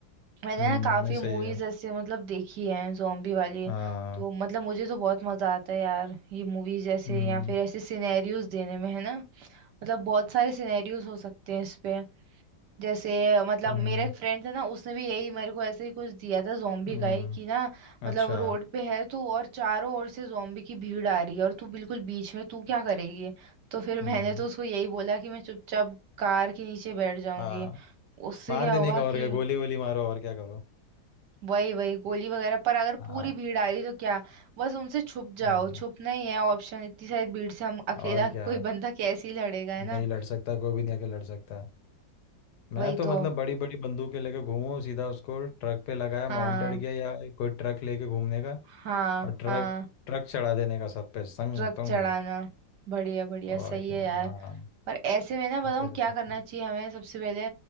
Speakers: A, on the right (about 70°); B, on the left (about 70°).
A: मैंने
B: हम्म
A: ना काफी
B: नहीं
A: मूवीज
B: सही है
A: ऐसे मतलब देखी है zombie वाली
B: हाँ
A: तो मतलब मुझे तो बहुत मजा आता है यार ये मूवीज ऐसे
B: हम्म
A: या फिर ऐसे सिनेरियोज देने में है ना मतलब बहुत सारे सिनेरियोज हो सकते हैं इस पे जैसे मतलब
B: हम्म
A: मेरा एक फ्रेंड था ना उसने भी यही मेरे को ऐसे ही कुछ दिया था जोम्बी
B: हम्म,
A: का ही कि ना मतलब
B: अच्छा
A: रोड पे है तू और चारों ओर से जोम्बी की भीड़ आ रही है और तू बिल्कुल बीच में तू क्या करेगी तो फिर मैंने
B: हम्म
A: तो उसको यही बोला कि मैं चुपचाप कार के नीचे बैठ जाऊंगी
B: हाँ
A: उससे
B: मार
A: क्या
B: देने
A: होगा
B: का और
A: कि
B: क्या गोली वोली मारो और क्या करो
A: वही वही गोली वगैरह पर अगर
B: हाँ
A: पूरी भीड़ आ रही तो क्या बस उनसे छुप
B: हम्म
A: जाओ छुपना ही है ऑप्शन इतनी सारी भीड़ से हम अकेला
B: और क्या
A: कोई बंदा कैसे ही लड़ेगा है
B: नहीं
A: ना
B: लड़ सकता कोई भी नहीं आके लड़ सकता मैं
A: वही
B: तो
A: तो
B: मतलब बड़ी बड़ी बंदूकें लेके घूमूं सीधा उसको ट्रक पे लगाया
A: हाँ
B: माउंटेड किया या कोई ट्रक लेके घूमने का
A: हाँ
B: और ट्रक
A: हाँ
B: ट्रक चढ़ा देने का सब पे संग
A: ट्रक
B: तुंग
A: चढ़ाना बढ़िया बढ़िया
B: और
A: सही
B: क्या
A: है यार
B: हाँ
A: पर ऐसे में ना बताऊँ
B: ऐसा कर
A: क्या
B: सकते
A: करना
B: हैं।
A: चाहिए हमें सबसे पहले